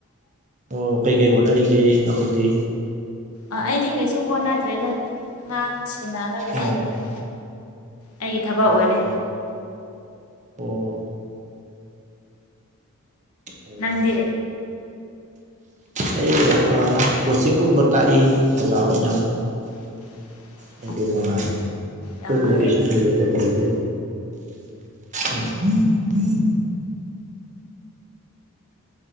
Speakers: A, on the right; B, on the left.
A: ꯑꯣ ꯀꯩ ꯀꯩ ꯍꯣꯠꯅꯔꯤꯒꯦ ꯅꯈꯣꯏꯗꯤ
B: ꯑꯥ ꯑꯩꯗꯤ ꯀꯩꯁꯨ ꯍꯣꯠꯅꯗ꯭ꯔꯦꯗ ꯑꯉꯥꯡ ꯁꯦꯟꯅꯒ ꯂꯥꯏꯕꯗ
A: ꯑꯣ
B: ꯑꯩꯒꯤ ꯊꯕꯛ
A: ꯑꯣ
B: ꯑꯣꯏꯔꯦ
A: ꯑꯣ ꯎꯝ
B: ꯅꯪꯗꯤ
A: ꯑꯩ ꯀꯣꯆꯤꯡꯒꯨꯝꯕ ꯇꯥꯛꯏ ꯑꯣꯖꯥ ꯑꯣꯏꯅ
B: <unintelligible>
A: ꯅꯨꯡꯉꯥꯏ
B: ꯌꯥꯝ ꯐꯩꯌꯦ
A: ꯀꯩꯁꯨ ꯊꯗꯦ ꯀ ꯇꯗꯦ ꯎꯝ ꯎꯝ